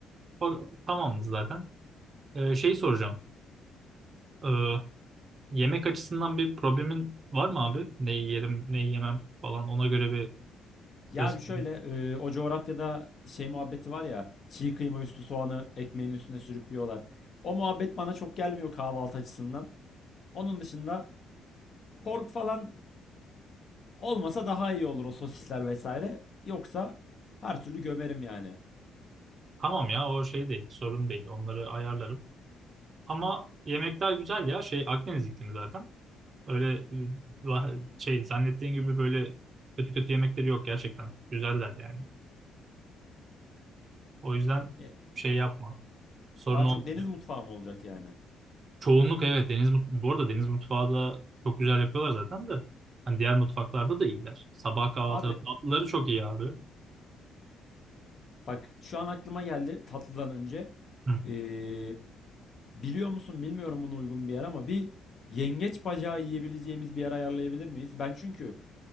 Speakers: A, on the right; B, on the left.
A: O, tamamız zaten. Ee, şeyi soracağım. Ee, yemek açısından bir problemin var mı abi? Neyi yerim, neyi yemem falan ona göre bir
B: Ya
A: resim.
B: bir şöyle e, o coğrafyada şey muhabbeti var ya çiğ kıyma üstü soğanı ekmeğin üstüne sürüp yiyorlar. O muhabbet bana çok gelmiyor kahvaltı açısından. Onun dışında pork falan olmasa daha iyi olur o sosisler vesaire. Yoksa her türlü gömerim yani.
A: Tamam ya o şey değil, sorun değil. Onları ayarlarım. Ama yemekler güzel ya. Şey Akdeniz iklimi zaten. Öyle e, va- şey zannettiğin gibi böyle kötü kötü yemekleri yok gerçekten. Güzeller yani. O yüzden
B: E,
A: şey yapma. Sorun
B: Daha
A: olmuyor.
B: çok deniz mutfağı mı olacak yani?
A: Çoğunluk evet deniz mut- bu arada deniz mutfağı da çok güzel yapıyorlar zaten de. Hani diğer mutfaklarda da iyiler. Sabah kahvaltıları
B: Abi
A: tatlıları çok iyi abi.
B: bak şu an aklıma geldi tatlıdan önce.
A: Hı.
B: E, biliyor musun bilmiyorum buna uygun bir yer ama bir yengeç bacağı yiyebileceğimiz bir yer ayarlayabilir miyiz? Ben çünkü